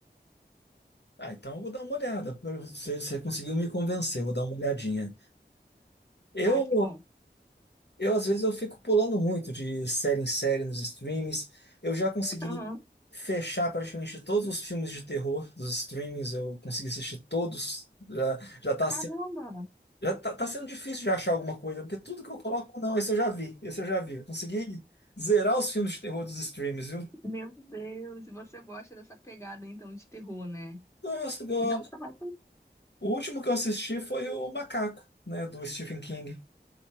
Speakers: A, on the left; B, on the left.
A: Ah, então eu vou dar uma olhada. Você, você conseguiu me convencer, vou dar uma olhadinha. Eu,
B: Ah, que bom.
A: eu às vezes eu fico pulando muito de série em série nos streams. Eu já consegui
B: Aham.
A: fechar praticamente todos os filmes de terror dos streams. Eu consegui assistir todos. Já, já tá
B: Caramba,
A: Já tá, tá sendo difícil de achar alguma coisa, porque tudo que eu coloco, não, esse eu já vi, esse eu já vi. Eu consegui zerar os filmes de terror dos streams, viu?
B: meu Deus, e você gosta dessa pegada então de terror, né?
A: Nossa, eu-
B: Então você vai.
A: o último que eu assisti foi o Macaco, né, do Stephen King.